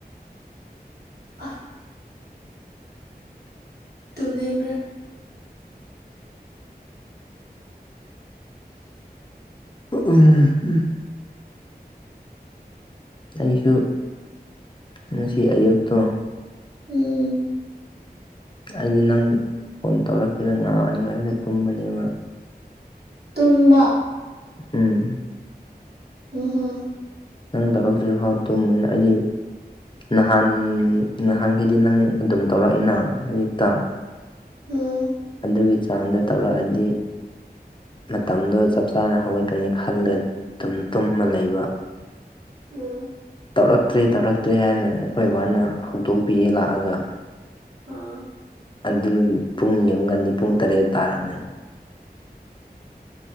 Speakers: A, on the right; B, on the left.
A: ꯑ꯫ ꯇꯨꯝꯅꯤꯕ꯭ꯔꯥ
B: ꯑꯣ ꯎꯝ ꯎꯝ ꯑꯩꯁꯨ ꯉꯁꯤ ꯑꯌꯨꯛꯇꯣ꯫
A: ꯎꯝ
B: ꯑꯩꯗꯤ ꯅꯪ ꯐꯣꯟ ꯇꯧꯔꯛꯀꯦꯔ ꯉꯥꯡꯉꯥꯏꯒ ꯇꯨꯝꯕꯅꯦꯕ
A: ꯇꯨꯝꯕ꯫
B: ꯎꯝ꯫
A: ꯎꯝ ꯍ
B: ꯅꯪ ꯇꯧꯔꯛꯇ꯭ꯔꯤ ꯐꯥꯎ ꯇꯨꯝꯕꯅ ꯑꯩꯗꯤ꯫ ꯅꯍꯥꯟ ꯅꯍꯥꯟꯈꯩꯗꯤ ꯅꯪ ꯑꯗꯨꯝ ꯇꯧꯔꯛꯏ ꯅ ꯑꯌꯨꯛꯇ꯫
A: ꯎꯝ
B: ꯑꯗꯨꯒꯤ ꯆꯥꯡꯗ ꯇꯧꯔꯛꯑꯗꯤ ꯃꯇꯝꯗꯣ ꯆꯞ ꯆꯥꯅ ꯍꯧꯒꯠꯀꯅꯤ ꯈꯜꯂꯦ꯫ ꯇꯨꯝ ꯇꯨꯝꯃ ꯂꯩꯕ꯫
A: ꯎꯝ
B: ꯇꯧꯔꯛꯇ꯭ꯔꯦ ꯇꯧꯔꯛꯇ꯭ꯔꯦ ꯍꯥꯏꯅ ꯑꯩꯈꯣꯏ ꯕꯥꯅ ꯍꯧꯗꯣꯛꯄꯤꯌꯦ ꯂꯥꯛꯑꯒ
A: ꯑꯥ
B: ꯑꯗꯨ ꯄꯨꯡꯒꯤꯨꯛꯒꯟꯗꯤ ꯄꯨꯡ ꯇꯔꯦꯠ ꯇꯥꯔꯝꯃꯦ